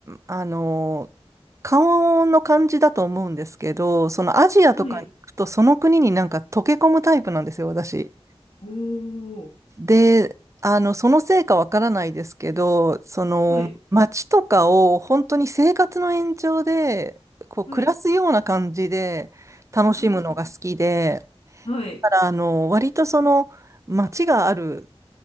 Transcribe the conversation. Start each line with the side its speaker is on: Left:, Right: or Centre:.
Right: あのー顔の感じだと思うんですけど、そのアジアとか行くと、
Left: はい。
Right: その国になんか溶け込むタイプなんですよ、私。
Left: おー。
Right: で、あの、そのせいかわからないですけど、その、
Left: はい。
Right: 街とかを本当に生活の延長で、こう、
Left: はい。
Right: 暮らすような感じで楽しむのが好きで、
Left: あーはい。
Right: だから、あの、割とその、街がある